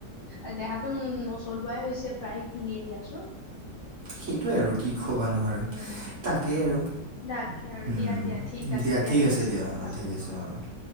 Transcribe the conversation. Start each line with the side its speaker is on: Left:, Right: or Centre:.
Left: এই দেহাতো নচলোৱাই হৈছে প্ৰায় খিনিয়ে দিয়াচোন।
Right: সেইটোৱে আৰু কি কবা নো আৰু,
Left: উম
Right: তাকেই আৰু।
Left: তাকে আৰু,
Right: উম,
Left: দিয়া দিয়া ঠিক আছে দিয়া
Right: ঠিক
Left: নেক্স টাইম কথা
Right: অঁ ঠিক
Left: পাতিম
Right: আছে
Left: আৰু।
Right: অঁ